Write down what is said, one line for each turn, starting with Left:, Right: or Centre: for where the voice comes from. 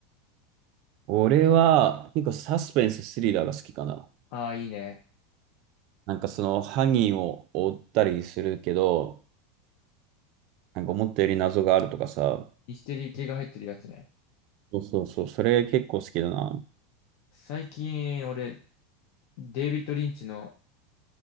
Right: 俺は結構サスペンス、スリラーが好きかな。
Left: ああ、いいね。
Right: なんかその犯人を追ったりするけど、なんか思ったより謎があるとかさ。
Left: ミステリー系が入ってるやつね。
Right: そうそうそう、それ結構好きだな。
Left: 最近、俺、デイビッド・リンチの